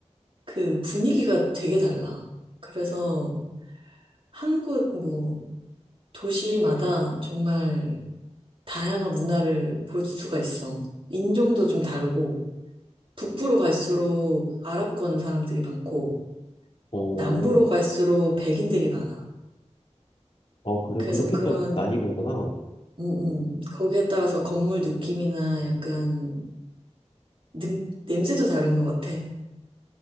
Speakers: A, on the right; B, on the left.
A: 그 분위기가 되게 달라. 그래서 한 곳, 뭐, 도시마다 정말 다양한 문화를 볼 수가 있어. 인종도 좀 다르고, 북부로 갈수록 아랍권 사람들이 많고,
B: 어,
A: 남부로 갈수록 백인들이 많아.
B: 어 그래
A: 그래서
B: 그렇게
A: 그런,
B: 또 나뉘는구나.
A: 음, 음, 거기에 따라서 건물 느낌이나 약간, 능, 냄새도 다른 것 같아.